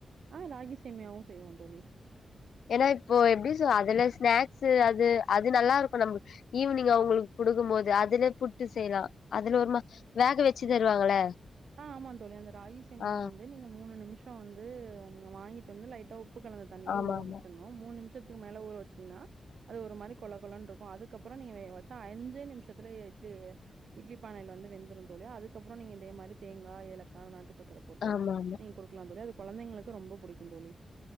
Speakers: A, on the right (about 75°); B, on the left (about 80°).
A: ஆ ராகி சேம்யாவு செய்வோந் தோழி
B: எனா இப்போ எப்டி சொ அதுல ஸ்நாக்சு அது அது நல்லாருக்கு நம்ம ஈவினிங் அவுங்களுகு குடுக்கும்மோது அதுல புட்டு செய்யலா அதுல ஒருமா வேக வெச்சி தருவாங்கள
A: ஆ ஆமா தோழி அந்த ராகிசேமியா
B: ஆ
A: வந்து நீங்க மூணு நிமிஷோ வந்து நீங்க வாங்கிட்டு வந்து லைட்டா உ ப்பு கலந்த தண்ணியில
B: ஆமா
A: ஊற
B: ஆமா
A: வெச்சன்னு மூண் நிமிஷத்துக்கு மேல ஊற வெச்சீங்ன்னா அது ஒரு மாரி கொழ கொழம்ன்ருக்கு அதுக்கப்புறோ நீங்க வேக வெச்சா அஞ்சே நிமிஅஷத்துலேயே இட்லி இட்லி பானையில வந்து வெந்துருந் தோழி அதுக்கப்புறோ நீங்க இதே மாரி தேங்க்கா ஏலக்கா நாட்டு சக்கர போட்டு
B: ஆமா ஆமா
A: நீங் குடு க்லா தோழிஅது கொழந்தைங்களுக்கு ரொம்போ புடிக்கு தோழி